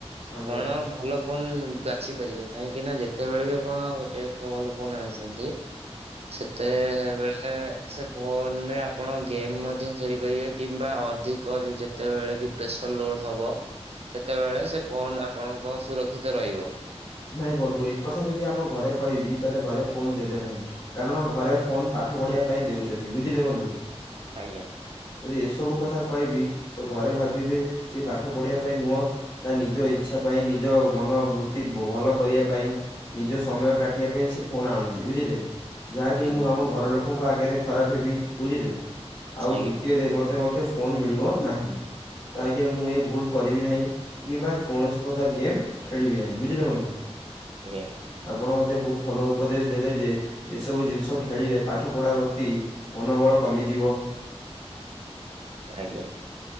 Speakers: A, on the left; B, on the right.
A: ଆଜ୍ଞା
B: କଣ ଭଲ ଫୋନ୍ ବାଛି ପାରିବେ କାହିଁକି ନା ଯେତେବେଳେ ବି ଆପଣ ଗୋଟେ ଏକ ଭଲ ଫୋନ୍ ଆଣୁଛନ୍ତି। ସେତେବେଲେ ସେ ଫୋନ୍ ରେ ଆପଣ ଗେମ୍ ମଧ୍ୟ ଖେଳିପାରିବା କିମ୍ବା ଅଧିକ ଯେତେବେଳେ ବି ପ୍ରେସର ଲୋଡ ହବ ସେତେବେଳେ ସେ ପୋନ ଆପଣଙ୍କ ସୁରକ୍ଷିତ ରହିବ।
A: ନାଇଁ ବନ୍ଧୁ ଏକଥା ଯଦି ଆମ ଘରେ କହିବି ତାହେଲେ ଘରେ ଫୋନ୍ ଦେବେ ନାହିଁ କାରଣ ଘରେ ଫୋନ ପା ଠ ପଢିବା ପାଇଁ ଦେଉଛନ୍ତି ବୁଝିଲେ ବନ୍ଧୁ?
B: ଆଜ୍ଞା।
A: ଯି ଏସବୁ କଥା କହିବି ତ ଘରେ ଭାବିବେ ସିଏ ପାଠ ପଢିବା ପାଇଁ ନୁହଁ ତା ନିଜ ଇଚ୍ଛା ପାଇଁ ନିଜ ମନବୂତ୍ତି ଭଲ କରିବା ପାଇଁ, ନିଜ ସମୟ କାଟିବା ପାଇଁ, ସେ ଫୋନ ଆଣୁଛି ବୁଝିଲେ। ଯାହାକି
B: ଆଜ୍ଞା
A: ମୁଁ ଆମ ଘର ଲୋକଙ୍କ ଆଗରେ ଖରାପ ହେବି ବୁଝିଲେ। ଆଉ
B: ଆଜ୍ଞା
A: ଦ୍ଵିତୀୟରେ ମ ମତେ ମଧ୍ୟ ଫୋନ୍ ମିଳିବ ନାହିଁ। ତ ଆଜ୍ଞା ମୁଁ ଏ ଭୁଲ କରିବି ନାହିଁ କିମ୍ବା କୌଣସି ପ୍ରକାର ଗେମ୍ ଖେଳିବି ନାହିଁ। ବୁଝିଲେ ବନ୍ଧୁ?
B: ଆଜ୍ଞା।
A: ଆପଣ ମଧ୍ୟ ବହୁତ ଭଲ ଉପଦେଶ ଦେଲେ ଯେ ଏସବୁ ଜିନିଷ ଖେଳିଲେ ପାଠ ପଢା ପ୍ରତି ମନୋବଳ କମିଯିବ <inaudible>
B: ଆଜ୍ଞା।